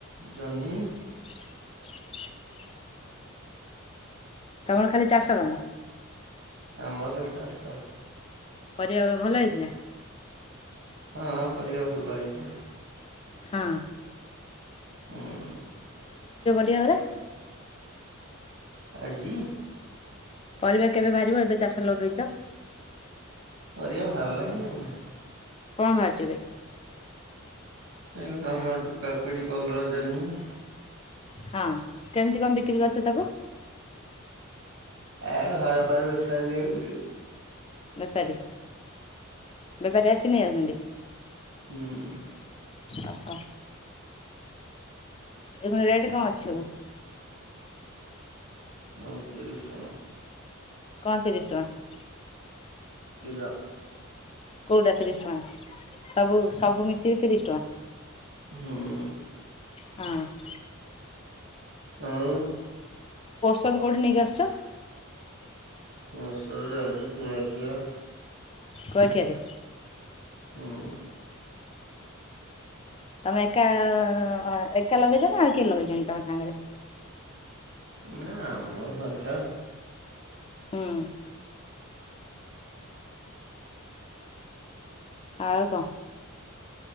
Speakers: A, on the right; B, on the left.
A: ଜହ୍ନି,
B: <inaudible> ତମର ଖାଲି ଚାଷ କାମ
A: ଆମର ଖାଲି ଚାଷ
B: ପରିବା ଭଲ ହେଇଛି ନା
A: ହଁ ପରିବା ଭଲ ହେଇଛି,
B: ହଁ,
A: ହୁଁ,
B: ଦିଆକୁଡା <inaudible>
A: ଆଜି <inaudible>
B: ପରିବା କେବେ ବାହାରିବ ଏବେ ଚାଷ ଲଗେଇଛ।
A: ପରିବା ବାହାରିଲାଣି ଆଉ,
B: କଣ ବାହାରିଛିି ଏବେ,
A: ଏଇ କୁଣି ବାହାରିଛି କାକୁଡ଼ି, କଲରା, ଜହ୍ନୀ
B: ହଁ କେମିତି କଣ ବିକ୍ରି କରଛ ତାକୁ।
A: ଏ ଘର ପାଖରୁ ବେପରି ନେଇଯାଉଚି।
B: ବେପାରୀ, ବେପାରୀ ଆସି ନେଉଛନ୍ତି।
A: ହୁଁ ।
B: ଆସ ଏ <unintelligible> ରେଟ କାମ ଅଛି ସବୁ?
A: ହୁଁ ତିରିଶ ଟଙ୍କା ।
B: କଣ, ତିରିଶ ଟଙ୍କା?
A: କିଲା
B: କଉଟା ତିରିଶ ଟଙ୍କା? ସବୁ, ସବୁ ମିଶିକି ତିରିଶ ଟଙ୍କା।
A: ହୁଁ ।
B: ହଁ ।
A: ଆଉ ।
B: ତାକୁ କେଉଠି ନେଇକି ଆସିଛ?
A: ବସରେ ଯାଉଛି କୁଆଖିଆ
B: କୁଆଖିଆ ରୁ
A: ହଁ ।
B: ତମେ ଏକାଆ, ଏକା ଲଗେଇଛ ନା ଆଉ କିଏ ଲଗେଇଛନ୍ତି, ତମ ସାଙ୍ଗରେ?
A: ନା, ଆ ମୁଁ ହଖ
B: ହଁ । ଆଉ କହ?